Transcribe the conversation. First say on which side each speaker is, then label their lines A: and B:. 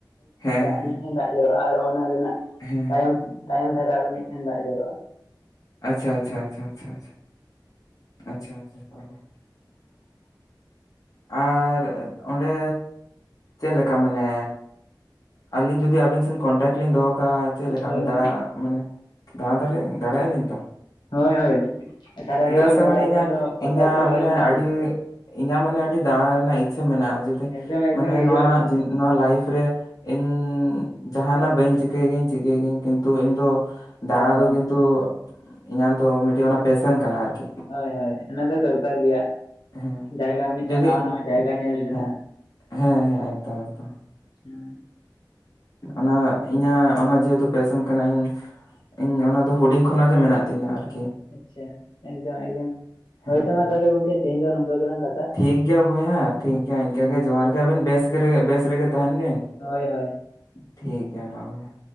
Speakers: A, on the left; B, on the left.
A: ᱦᱮᱸ ᱦᱮᱸ
B: ᱢᱤᱫ
A: ᱦᱮᱸ
B: ᱴᱟᱱ <unintelligible> ᱡᱚᱨᱚᱜᱼᱟ ᱟᱨᱚ ᱚᱱᱟ ᱨᱮᱱᱟᱜ
A: ᱦᱮᱸ
B: ᱛᱟᱭᱚᱢ
A: ᱦᱮᱸ
B: ᱛᱟᱭᱚᱢ ᱫᱷᱟᱨᱮ ᱟᱨᱚ ᱢᱤᱫᱴᱷᱮᱱ ᱫᱟᱜ ᱡᱚᱨᱚᱜᱼᱟ
A: ᱟᱪᱪᱷᱟ ᱟᱪᱪᱷᱟ ᱟᱪᱪᱷᱟ ᱟᱪᱪᱷᱟ ᱟᱪᱪᱷᱟ ᱟᱪᱪᱷᱟ ᱟᱪᱪᱷᱟ <unintelligible> ᱟᱨ ᱚᱸᱰᱮ ᱪᱮᱫ ᱞᱮᱠᱟ ᱢᱟᱱᱮᱼᱼ ᱟᱹᱞᱤᱧ ᱡᱩᱫᱤ ᱟᱵᱤᱱ ᱥᱮᱱ ᱠᱚᱱᱴᱟᱠᱴ ᱞᱤᱧ ᱫᱚᱦᱚ ᱠᱟᱜᱼᱟ ᱪᱮᱫ ᱞᱮᱠᱟ
B: ᱦᱳᱭ
A: ᱚᱸᱰᱮ
B: ᱦᱳᱭ
A: ᱫᱟᱬᱟ ᱢᱟᱱᱮ ᱫᱟᱬᱟ ᱫᱟᱬᱟᱭ ᱟᱞᱤᱧ ᱛᱚ
B: ᱦᱳᱭ ᱦᱳᱭ ᱥᱟᱨᱟ
A: ᱪᱮᱫᱟᱜ
B: ᱜᱷᱟᱲᱤ
A: ᱥᱮ
B: ᱚᱱᱟ
A: ᱢᱟᱱᱮ
B: ᱫᱚ ᱟᱵᱮᱱ
A: ᱤᱧᱟᱹᱜ
B: ᱫᱚ ᱠᱚᱱᱴᱟᱠᱴ
A: ᱤᱧᱟᱹᱜ
B: ᱫᱚᱦᱚᱭ
A: ᱢᱟᱱᱮ
B: ᱵᱤᱱ ᱥᱮᱼᱼ
A: ᱟᱹᱰᱤ ᱤᱧᱟᱹᱜ ᱢᱟᱱᱮ ᱟᱹᱰᱤ ᱫᱟᱸᱬᱟ ᱨᱮᱱᱟᱜ ᱤᱪᱪᱷᱟᱹ ᱢᱮᱱᱟᱜᱼᱟ ᱡᱩᱫᱤ
B: ᱮᱠᱫᱚᱢ ᱮᱠᱫᱚᱢ
A: ᱢᱟᱱᱮ
B: ᱦᱤᱡᱩᱜ
A: ᱱᱚᱣᱟ
B: ᱟᱵᱮᱱ
A: ᱱᱚᱣᱟ ᱞᱟᱭᱤᱯᱷ ᱨᱮᱼᱼ ᱤᱧ ᱡᱟᱦᱟᱱᱟᱜ ᱵᱟᱹᱧ ᱪᱤᱠᱟᱹᱭ ᱜᱮᱭᱟᱹᱧ ᱪᱤᱠᱟᱹᱭ ᱜᱮᱭᱟᱹᱧ ᱠᱤᱱᱛᱩ ᱤᱧ ᱫᱚᱼᱼ ᱫᱟᱬᱟ
B: ᱦᱳᱭ ᱦᱳᱭ
A: ᱫᱚ ᱠᱤᱱᱛᱩ ᱤᱧᱟᱹᱜ ᱫᱚ ᱢᱤᱫᱴᱤᱡ ᱚᱱᱟ ᱯᱮᱥᱮᱱ ᱠᱟᱱᱟ ᱟᱨᱠᱤ
B: ᱦᱳᱭ ᱦᱳᱭ ᱚᱱᱟ ᱫᱚ ᱫᱚᱨᱠᱟᱨ ᱜᱮᱭᱟ
A: ᱦᱮᱸ
B: ᱡᱟᱭᱜᱟ ᱢᱤᱫᱴᱟᱝ
A: ᱡᱩᱫᱤ
B: ᱱᱟᱣᱟ ᱱᱟᱣᱟ ᱡᱟᱭᱜᱟ ᱧᱮᱞ ᱨᱮᱱᱟᱜ
A: ᱦᱮᱸ ᱦᱮᱸ ᱦᱮᱸ ᱮᱠᱫᱚᱢ ᱮᱠᱫᱚᱢ
B: ᱦᱳᱭ
A: ᱚᱱᱟ ᱤᱧᱟᱹᱜ ᱚᱱᱟ ᱡᱮᱦᱮᱛᱩ ᱯᱮᱥᱮᱱ ᱠᱟᱱᱟ ᱤᱧᱼᱼ ᱤᱧ ᱚᱱᱟ ᱫᱚ ᱦᱩᱰᱤᱧ ᱠᱷᱚᱱᱟᱜ ᱜᱮ ᱢᱮᱱᱟᱜ ᱛᱤᱧᱟᱹ ᱟᱨᱠᱤ
B: ᱟᱪᱪᱷᱟ ᱮᱠᱫᱚᱢ ᱮᱠᱫᱚᱢ
A: ᱦᱮᱸ
B: ᱦᱳᱭᱛᱚ ᱢᱟ
A: ᱦᱮᱸ
B: ᱛᱚᱞᱮ ᱜᱚᱢᱠᱮ ᱛᱮᱦᱮᱧ ᱫᱚ ᱱᱚᱝᱠᱟ ᱜᱮᱞᱟᱝ ᱠᱟᱛᱷᱟ
A: ᱴᱷᱤᱠ ᱜᱮᱭᱟ ᱵᱚᱭᱦᱟ ᱴᱷᱤᱠ ᱜᱮᱭᱟ ᱤᱱᱠᱟᱹ ᱜᱮ ᱡᱚᱦᱟᱨ ᱜᱮ ᱟᱵᱤᱱ ᱵᱮᱥ ᱜᱮ ᱵᱮᱥ ᱨᱮᱜᱮ ᱛᱟᱦᱮᱱ ᱵᱤᱱ
B: ᱦᱳᱭ ᱦᱳᱭ
A: ᱴᱷᱤᱠ ᱜᱮᱭᱟ ᱢᱟ <unintelligible>